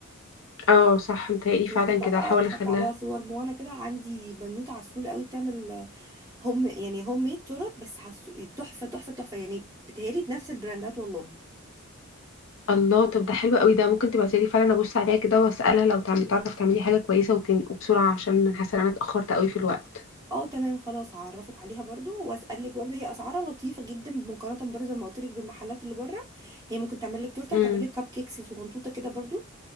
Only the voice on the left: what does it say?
اه صح متهيألي
فعلا
كده هحاول
اخليها
الله طب ده حلو قوي ده ممكن تبعتيلي فعلا ابص عليها كده واسالها لو تعم- تعرف تعملي حاجه كويسه وتن- وبسرعه عشان أنا حاسه ان انا اتاخرت قوي في الوقت
امم